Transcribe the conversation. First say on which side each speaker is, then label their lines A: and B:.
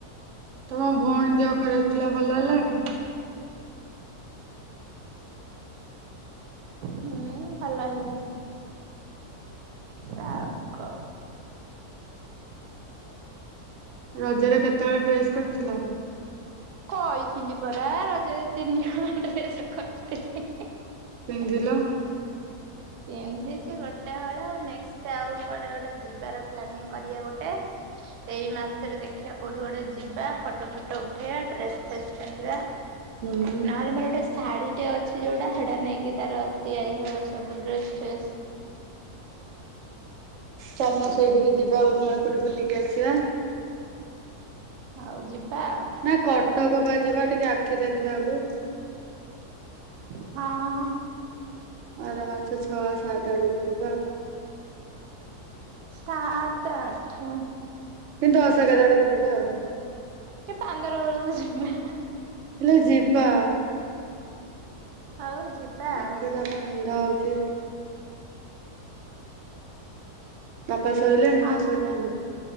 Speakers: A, on the right (about 65°); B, on the right (about 80°).
A: ତମ ଭଉଣୀ ଦେହ ଖରାପ ଥିଲା ଭଲ ହେଲାଣି।
B: ହୁଁ ଭଲ ହେଲା ତ। କ
A: ରଜରେ କେତେ ହଳ ଡ୍ରେସ୍ କରିଥିଲ।
B: କହିଥିଲି ପରା ରଜରେ ତିନି ହଳ ତ୍ରେସେ କହିଥିଲି।
A: ପିନ୍ଧିଲ?
B: ପିନ୍ଧିଛି ଗୋଟେ ହଳ। ନେକ୍ଷ୍ଟେ ଆଉ କୁଆଡେ ଗୋଟେ ଯିବାର ପ୍ଲାନିଂ କରିବା ଗୋଟେ। ଏଇ ମାସରେ ଦେଖିବା କୋଉଠି ଗୋଟେ ଯିବା। ଫଟୋ ଫଟୋ ଉଠେଇବା। ଡ୍ରେସ ଫ୍ରେସ ପିନ୍ଧିବା।
A: ହୁଁ
B: ନହେଲେ ମୋର ଗୋଟେ ଶାଢୀ ଟେ ଅଛି ଯୋଉଟା ସେଟା ନେଇକି ତାର ତିଆରି ହବ ସବୁ ଡ୍ରେସ୍ ଫେସ୍।
A: ଚାଲୁନ ସେଇଠିକି ଯିବା <inaudible> ବୁଲିକି ଆସିବା।
B: ହଉ ଯିବା ଆଉ।
A: ନାଇଁ କଟକ ବା ଯିବା ଟିକେ ଆଖି ଦେଖିଇବାକୁ।
B: ହଁ
A: ଆର ମାଛ ଛଅ, ସାତ ଆଡକୁ ଯିବା।
B: ସାତ, ଆଠ।
A: କି ଦଶ, ଏଗାର ଆଡ଼ୁକୁ ଯିବା ଆଉ।
B: କି ପାନ୍ଦର ବେଳକୁ ଜିବା?
A: ହେଲେ ଯିବା।
B: ହଉ ଯିବା
A: ଆଖିଟା
B: ଆଉ।
A: ବା ବିନ୍ଧା ହଉଛି। ବାପା ଶୋଇଲେଣି
B: ହଁ
A: ନା ଶୋଇନାହାନ୍ତି?